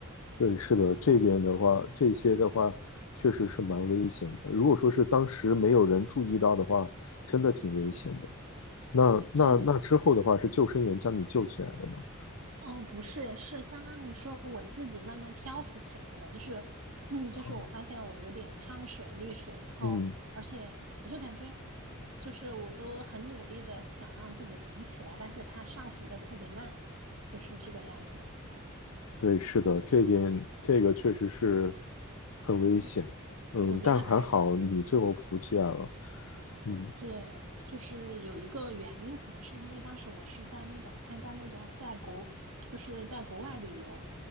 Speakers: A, on the left; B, on the right.
A: 对，是的，这一点的话，这些的话确实是蛮危险的。如果说是当时没有人注意到的话，真的挺危险的。那那那之后的话，
B: 对，
A: 是救生员将你救起来的吗？
B: 哦，不是，是相当于说我自己慢慢漂浮起来了，就是，<clears throat> 嗯，就是我发现我有点呛水、
A: 哦，
B: 溺水，然后而且我就感觉，
A: 嗯，
B: 就是我都很努力的想让自己浮起来，但是它上浮的特别慢，就是这个样子。
A: 对，是的，这一点这个确实是很危险。
B: 对，
A: 嗯，
B: 我觉得还
A: 但还好你最后服起来了。嗯
B: 对，就是有一个原因，可能是因为当时我是在那种参加那种在国，就是在国外旅游，